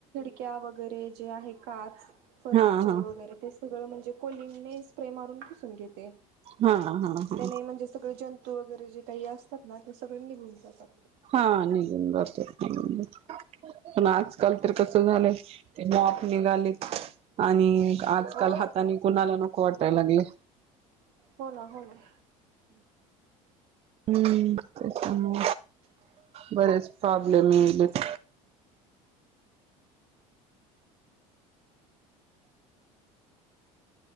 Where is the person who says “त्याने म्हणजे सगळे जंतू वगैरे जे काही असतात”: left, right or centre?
Right